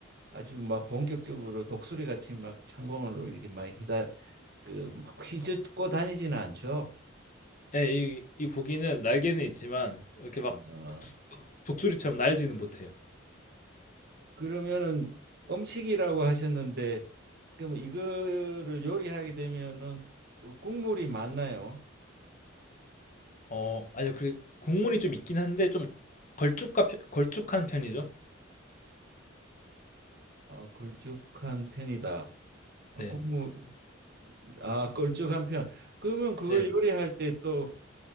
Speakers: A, on the right; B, on the left.
A: 아주 막 본격적으로 독수리 같이 막 창공을 이렇게 많이 휘다 그막 휘젓고 다니지는 않죠?
B: 네, 이, 이 고기는 날개는 있지만 이렇게 막
A: 아.
B: 독, 독수리처럼 날지는 못해요.
A: 그러면은 음식이라고 하셨는데 그럼 이거를 요리하게 되면은 국물이 많나요?
B: 어, 아니요. 그 국물이 좀 있긴 한데 좀 걸쭉한 편 걸쭉한 편이죠.
A: 아, 걸쭉한 편이다. 아,
B: 네.
A: 국물 아, 걸쭉한 편. 그러면 그걸
B: 네.
A: 요리할 때 또